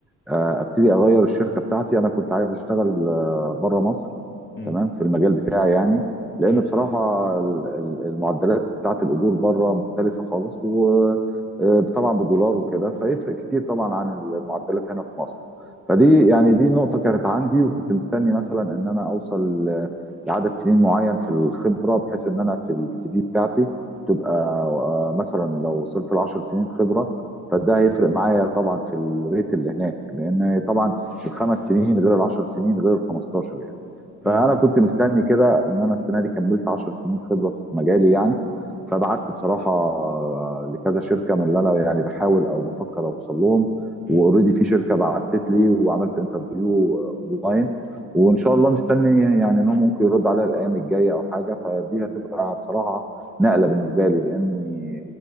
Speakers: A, in the centre; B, on the left.
A: آه، ابتدي اغير الشركه بتاعتي انا كنت عايز اشتغل آه، بره مصر
B: مم.
A: تمام في المجال بتاعي يعني لان
B: مم.
A: بصراحه ال- ال- المعدلات بتاعت الاجور بره مختلفه خالص وطبعا بالدولار وكده فيفرق كتير طبعا عن المعدلات هنا في مصر فدي
B: مم.
A: يعني دي نقطه كانت عندي وكنت مستني مثلا ان انا اوصل ل- لعدد سنين معين في الخبره بحيث ان انا في السي في بتاعتي تبقى آه، مثلا لو وصلت ل 10 سنين خبره فده هيفرق معايا طبعا في الريت اللي هناك لان طبعا الخمس سنين غير العشر سنين غير ال 15 يعني فانا
B: مم.
A: كنت مستني كده ان انا السنه دي كملت 10 سنين خبره في مجالي يعني فبعت بصراحه لكذا شركه من اللي انا يعني بحاول او بفكر اوصل لهم
B: مم.
A: واوريدي في شركه بعتت لي وعملت انترفيو اونلاين وان شاء الله مستني يعني انهم ممكن يردوا عليا الايام الجايه او حاجه فدي هتبقى بصراحه نقله بالنسبه لي لاني